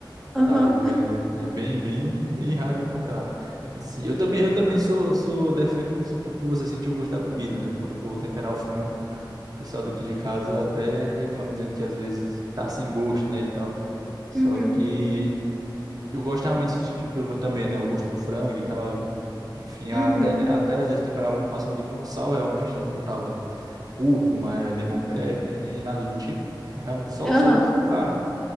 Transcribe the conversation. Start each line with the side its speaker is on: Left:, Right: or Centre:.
Right: e
Centre: Aham.
Right: tal. É, é bem, bem, bem raro encontrar. Assim, eu também, eu também sou, sou defendo muito esse ponto de você sentir o gosto da comida, né? Eu, Quando eu vou temperar o frango, o pessoal daqui de casa até reclama dizendo que às vezes tá sem gosto, né? E tal. Só
Centre: Uhum.
Right: que eu gosto realmente desse tipo eu também, né? O gosto do frango e tal ali. Enfim,
Centre: Uhum.
Right: até, até às vezes temperava no máximo ali com sal, realmente, né? Não botava cúrcuma, eh, lemon pepper, nem nada do tipo. É Realmente só
Centre: Aham.
Right: o sal pra,